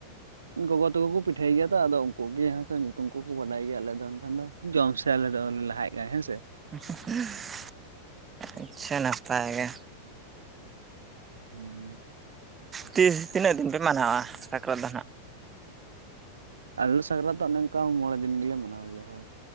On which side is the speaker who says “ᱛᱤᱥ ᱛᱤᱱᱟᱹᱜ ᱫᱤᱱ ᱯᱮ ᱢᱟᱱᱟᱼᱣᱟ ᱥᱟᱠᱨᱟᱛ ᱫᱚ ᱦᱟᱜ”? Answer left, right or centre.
Right